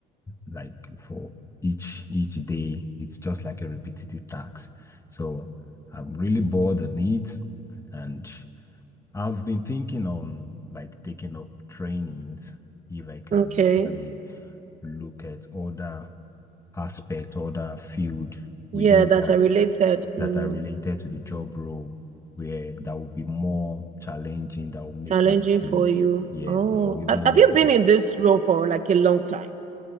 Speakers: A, on the left; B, on the right.
A: like for each each day it's just like a repetitive task so i'm really bored on it and i've been thinking on like taking up trainings if i can
B: Okay.
A: actually look at other aspect other field within
B: Yeah, that
A: that
B: are related.
A: that
B: Mm.
A: are related to the job role where that will be more challenging that will make
B: Challenging
A: me to
B: for you.
A: yes
B: Oh,
A: that will even
B: have have
A: make
B: you been
A: me
B: in this role for like a long time?